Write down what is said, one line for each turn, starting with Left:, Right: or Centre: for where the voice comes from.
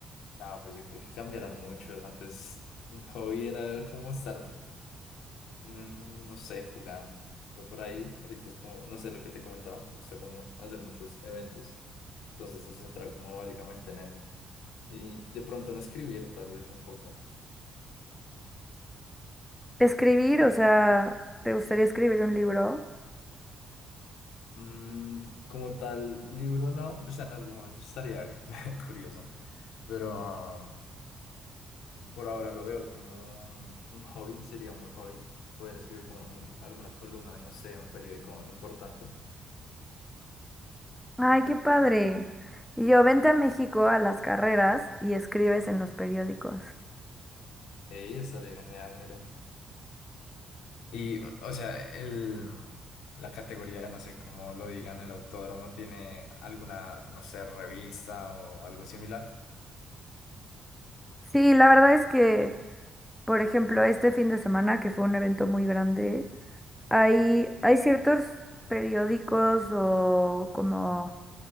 Left: No, pues yo creo que cambiarán muchos, antes un hobby era como estar, mm, no sé, jugando por ahí, ahorita es como, no sé lo que te comentaba, me gusta como hacer muchos eventos, entonces se centra como básicamente en eso. Y de pronto en escribir, tal vez un poco.
Centre: Escribir, o sea, ¿te gustaría escribir un libro?
Left: Mm, como tal, libro no, pues en algún momento estaría <laughs> curioso, pero ah, por ahora lo veo como un un hobby, sería un buen hobby poder escribir como en alguna columna de, no sé, un periódico importante.
Centre: Ay, qué padre. Y yo, vente a México a las carreras y escribes en los periódicos.
Left: Eh, y estaría genial, mira. Y, o sea, el, la categoría, no sé cómo lo digan, el autódromo tiene alguna, no sé, revista o algo similar.
Centre: Sí, la verdad es que, por ejemplo, este fin de semana, que fue un evento muy grande, hay, hay ciertos periódicos o como